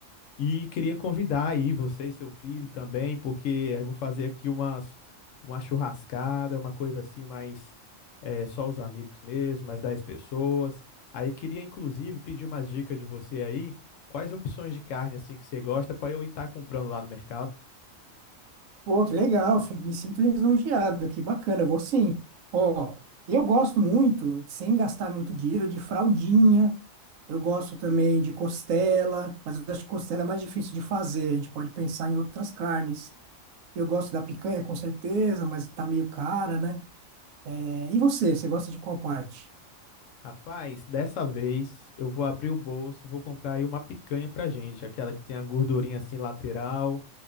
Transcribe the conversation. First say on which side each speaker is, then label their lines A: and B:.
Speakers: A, on the left; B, on the right.
A: e queria convidar aí você e seu filho também, porque eu vou fazer aqui umas, uma churrascada, uma coisa assim, mais eh, só os amigos mesmo, mais 10 pessoas. Aí queria inclusive pedir umas dicas de você aí, quais opções de carne assim que você gosta para eu estar comprando lá no mercado.
B: Pô, que legal, fi- me sinto lisonjeado, que bacana, eu vou sim. Ó, eu gosto muito, sem gastar muito dinheiro, de fraldinha, eu gosto também de costela, mas eu acho que costela é mais difícil de fazer, a gente pode pensar em outras carnes. Eu gosto da picanha, com certeza, mas tá meio cara, né? É, e você, você gosta de qual parte?
A: Rapaz, dessa vez eu vou abrir o bolso e vou comprar aí uma picanha pra gente, aquela que tem a gordurinha assim lateral,